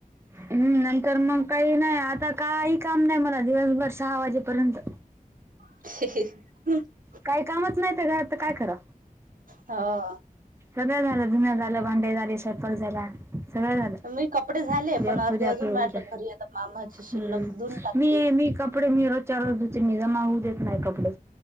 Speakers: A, on the right; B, on the right.
A: हम्म नंतर मग काही नाही आता काही काम नाही मला दिवसभर सहा वाजेपर्यंत.
B: <unintelligible>
A: काही कामच नाही ते घरात तर काय खरां.
B: हा.
A: सगळं झालं, धुण्या झालं, भांडी झाली, स्वयंपाक झाला. सगळ झालं
B: मी कपडे झाले
A: देव
B: पण अर्धे
A: पूज्या
B: अजून
A: पूजा
B: वाटलं घरी आता मामाची शिल्लक
A: हम्म
B: धुऊन टाकते.
A: मी मी कप कपडे मी रोजच्या रोज धुते मी जमा होऊ देत नाही कपडे